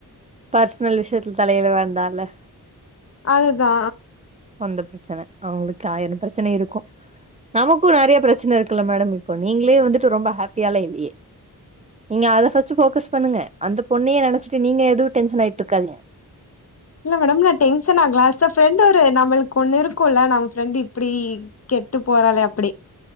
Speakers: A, on the right (about 20°); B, on the left (about 40°).
A: பர்ஸ்னல் விஷ்யத்துல தலையிட வேண்டால்ல
B: அதுதா
A: சொந்த பிரச்சன அவ்ங்களுக்கு ஆயிர பிரச்சன இருக்கு நமக்கு நெறைய பிரச்சன இருக்குல்ல மேடம் இப்ப நீங்ளே வந்துட்டு ரொம்ப ஹாப்பியாலா இல்லையே நீங்க அத ஃபஸ்ட்டு ஃபோக்கஸ் பண்ணுங்க அந்த பொண்ணையே நெனச்சிட்டு நீங்க எதுவு டென்ஷன் ஆயிட்ருக்காதீங்க
B: இல்ல மேடம் நா டென்ஷன் ஆகலா அஸ் அ ஃப்ரெண்ட் ஒரு நம்மளுக்கு ஒன்னு இருக்குல்ல நம்ம ஃப்ரெண்டு இப்டி கே கெட்டு போறாளே அப்டி